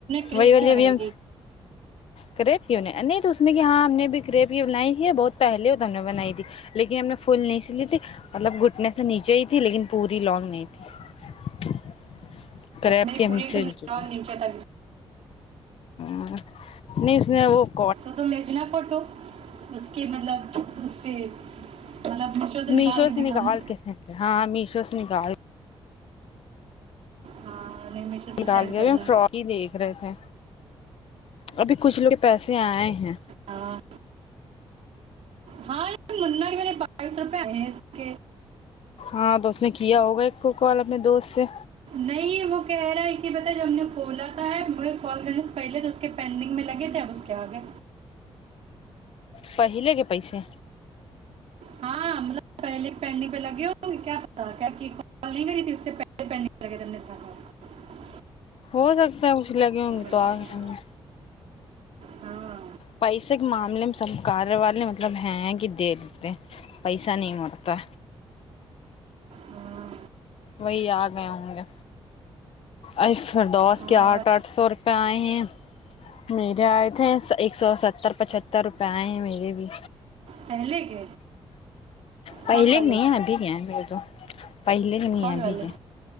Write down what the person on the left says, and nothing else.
وہی ولیبم
کریٹ نہیں تو اس میں کہ ہاں ہم نے بھی کریپ یہ بنائی تھی بہت پہلے ہو تو ہم نے بنائی تھی لیکن ہم نے فل نہیں س لی تھی مطلب گھٹنے سے نیچے ہی تھی لیکن پوری لانگ نہیں تھی کریب
کے ہم
سل
چکے
ہ ن <unintelligible>
میشو
سے
کے پھینک ہاں میشو سے نکال
ڈال
گیابھی
ہم فراڈ ہی دیکھ رہے تھے ابھی کچھ لوگ پیسے آئے ہیں
ہاں تو اس نے کیا ہوگا ایک کو کال اپنے دوست سے
پہلے کے پیسے
ہو سکتا ہے اس لگے ہوں گے تو
آ گئے
پیسے کے معاملے میں سب کاریہ والے مطلب ہیں کہ دے دیتے ہیں پیسہ نہیں مرتا
وہی آ گئے ہوں گے ایف <unintelligible> پھر دس
کے آٹھ آٹھ سو باائیںں <unintelligible> میرے آئے تھے ایک سو ستر پچتر روپئے آئے ہیں میرے بھی
پہلے
کے نہیں ہے ابھی کے ابھی تو پہلے کے نہیں
ہے ابھی
کے